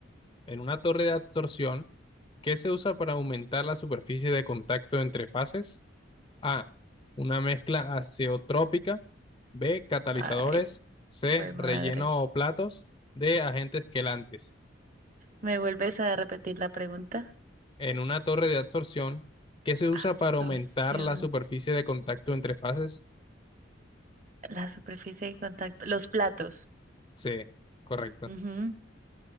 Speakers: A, on the left; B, on the right.
A: En una torre de absorción, ¿qué se usa para aumentar la superficie de contacto entre fases? A. Una mezcla azeotrópica. B. Catalizadores.
B: Ay,
A: C.
B: fue
A: Relleno
B: madre.
A: o platos. D. Agentes quelantes.
B: ¿Me vuelves a repetir la pregunta?
A: En una torre de adsorción que se usa
B: Absorción.
A: para aumentar la superficie de contacto entre fases.
B: La superficie de contacto, los platos.
A: C. Correcto.
B: Ujú.